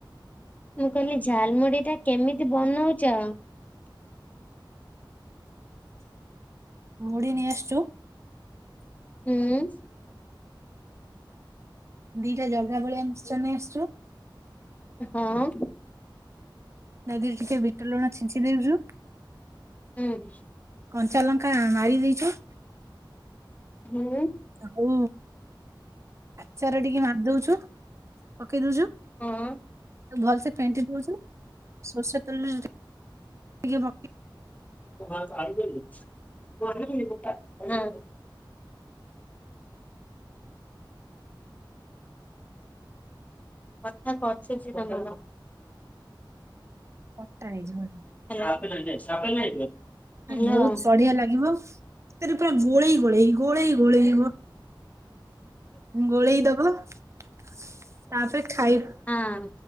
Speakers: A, on the left; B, on the right.
A: ମୁଁ କହିଲି ଝାଲମୁଡି ଟା କେମିତି ବନଉଚ?
B: ମୁଢି ନେଇ ଆସଚୁ।
A: ହୁଁ।
B: ଦି ଟା ଜଗା ବଳିଆ ମିକ୍ସଚର ନେଇ ଆସଚୁ।
A: ହଁ।
B: ତା ଧିଅରେ ଟିକେ ବିଟ ଲୁଣ ଛିଞ୍ଚି ଦେଉଛୁ।
A: ହୁଁ।
B: କଞ୍ଚା ଲଙ୍କା ମାରି ଦେଇଛୁ।
A: ହୁଁ।
B: ଆଉ ଆଚାର ଟିକେ ମାରି ଦଉଛୁ ପକେଇ ଦଉଛୁ।
A: ହଁ
B: ତାକୁ ଭଲସେ ଫେଣ୍ଟି ଦଉଛୁ ସୋରିଷ ତେଲ ରେ ଟି କେ ପକେଇ
A: ହୁଁ। କଥା କଟୁଛି ତମର।
B: ଅଟା ହେଇଯିବ।
A: ହାଲୋ। ହୁଁ
B: ବହୁତ ସଢିଆ ଲାଗିବ <unintelligible> ପୁରା ଗୋଳେଇ ଗୋଳେଇ ଗୋଳେଇ ଗୋଳେଇବ ଗୋଳେଇ ଦବ ତାପରେ ଖାଇ
A: ଆଁ